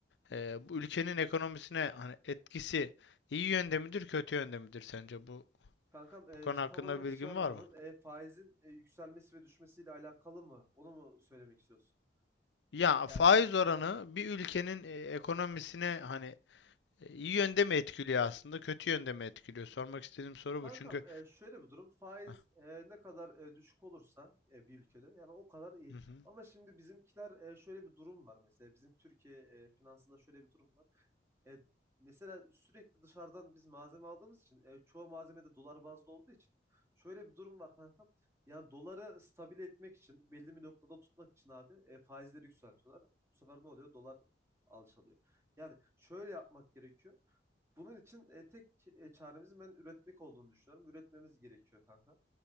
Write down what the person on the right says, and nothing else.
Kankam e,
tam olarak
şey
anlamadım.
E, faizin e, yükselmesi ve düşmesiyle alakalı mı? Onu mu söylemek istiyorsun?
Yani
kankam
e, şöyle bir durum. Faiz
e, ne kadar e, düşük olursa e, bir ülkede yani o kadar iyi.
Ama şimdi bizimkiler e, şöyle bir durum var mesela. Bizim Türkiye e, finansında şöyle bir durum var. E, mesela sürekli dışarıdan biz malzeme aldığımız için e, çoğu malzeme de dolar bazlı olduğu için şöyle bir durum var kankam. Yani doları stabil etmek için belli bir noktada tutmak için abi e, faizleri yükseltiyorlar. Bu sefer ne oluyor? Dolar alçalıyor. Yani şöyle yapmak gerekiyor. Bunun için e, tek e, çaremizin ben üretmek olduğunu düşünüyorum. Üretmemiz gerekiyor kankam.